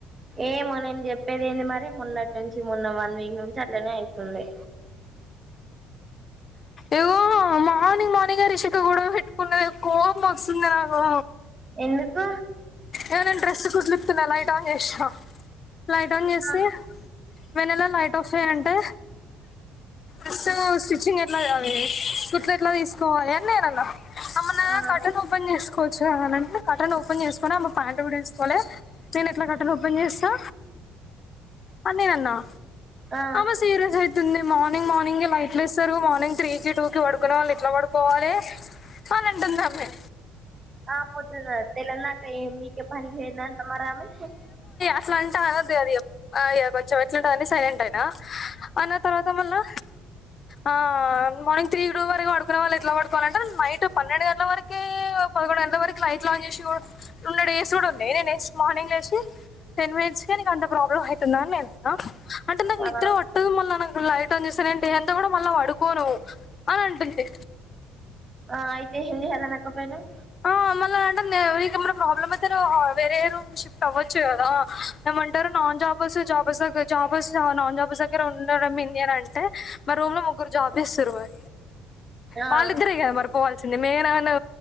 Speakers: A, on the right (about 30°); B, on the left (about 45°).
A: ఏమో నేను చెప్పేది ఏంది మరి మొన్నటి నుంచి మొన్న వన్ వీక్ నుంచి అట్లనే ఐతుంది
B: ఇగో మార్నింగ్ మార్నింగే రిషిక గొడవ పెట్టుకున్నది కోపం వస్తోంది నాకు
A: ఎందుకు
B: ఏవనేన్ డ్రెస్ కుట్లిప్తున్ననా లైట్ ఆన్ చేసినా లైట్ ఆన్ చేస్తే
A: ఆ
B: మేనెలా లైట్ ఆఫ్ అంటే ఆఫ్ స్టిచ్చింగ్ ఎట్లా అ స్ర్ ఎట్లా తీసుకోవాలి అని నేను అలా అమ్ నా
A: ఆ
B: కాటన్ ఓపెన్ చేసుకోని కొచు అనండి కటన్ ఓపన్ చేసుకు ప్యాంటు కూడా వేసుకోలే నేను ఎట్లా కర్టెన్ ఓపెన్ చేస్తా అని నేను అన్నా
A: ఆ
B: ఆమె సీరియస్ అయితుంది ఉంది మార్నింగ్ మార్నింగ్ లైట్లు ఇస్తారు మార్నింగ్ త్రీ కి టూ కి పడుకునే వాళ్ళు ఇట్లా పడుకోవాలి అని అంటుంది ఆమె
A: ఆ పొద్దున తెలంగాట్ ఏం పీకే పనికి పోయిందంట మరి ఆమె
B: అట్లాంటా గది అది అయ్యా కొంచెం ఎట్లుంట అని సైలెంట్ అయినా అన్న తర్వాత మళ్ళా ఆ మార్నింగ్ త్రీ టు వరకు పడుకునే వాళ్ళు ఎట్లా పడుకోవాల అంటే నైట్ పన్నెండు గంటల వరకి పదకొడు గంటల వరకు లైట్లు ఆన్ చేసి కూడా ఉం న్న డేస్ కూడా ఉన్నయి. నేనే మార్నింగ్ లేసి టెన్ మినిట్స్కె నీకు అంత ప్రాబ్లమయితుందా అని అన్నా అంటే నాకు
A: ఆ
B: నిద్ర వట్టదు మల్లా లైట్ ం చూసానంటి డే అంతా కూడా మళ్ళా పడుకోను అని అంటుంది.
A: ఆ అయితే ఎం చేయాలి అనేకపోయినవు.
B: ఆ మళ్ళా అంటుంది నీకెమైనా ప్రాబ్లమ్ అయితే నువ్వు వేరే రూమ్ షిఫ్ట్ అవ్వచ్చు కదా. ఏమంటరు నాన్ జాబర్స్ జాబర్స్ దగ్గర, జాబర్స్ నాన్ జాబర్స్ దగ్గర ఉండడం ఏందని అంటే మా రూమ్ లో ముగ్గురు జాబ్ చేస్తుర్రువే.
A: ఆ
B: వాళ్ళిద్దరేగా మరి పోవాలి సింది మెఘన అను